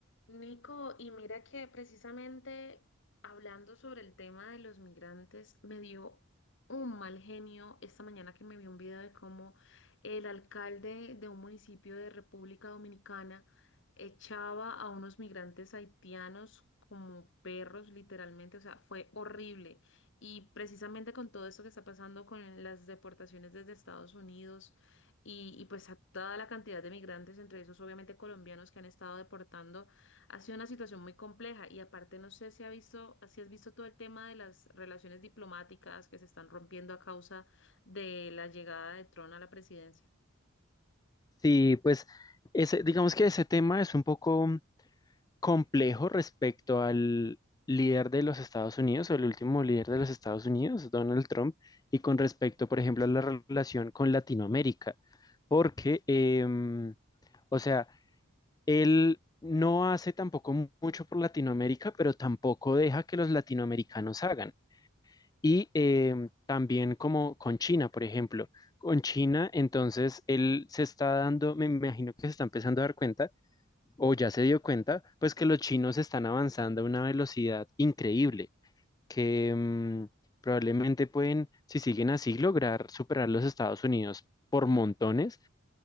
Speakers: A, on the left; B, on the left.
A: Nico, y mira que precisamente hablando sobre el tema de los migrantes, me dio un mal genio esta mañana que me vi un video de cómo el alcalde de un municipio de República Dominicana echaba a unos migrantes haitianos como perros, literalmente, o sea, fue horrible. Y precisamente con todo esto que está pasando con las deportaciones desde Estados Unidos y, y pues a toda la cantidad de migrantes, entre esos obviamente colombianos que han estado deportando. Ha sido una situación muy compleja y aparte no sé si ha visto, si has visto todo el tema de las relaciones diplomáticas que se están rompiendo a causa de la llegada de Trump a la presidencia.
B: Sí, pues ese, digamos que ese tema es un poco complejo respecto al líder de los Estados Unidos o el último líder de los Estados Unidos, Donald Trump, y con respecto, por ejemplo, a la relación con Latinoamérica, porque, em, o sea, él no hace tampoco mu- mucho por Latinoamérica, pero tampoco deja que los latinoamericanos hagan. Y em, también como con China, por ejemplo. Con China, entonces él se está dando, me imagino que se está empezando a dar cuenta, o ya se dio cuenta, pues que los chinos están avanzando a una velocidad increíble, que em, probablemente pueden, si siguen así, lograr superar los Estados Unidos por montones,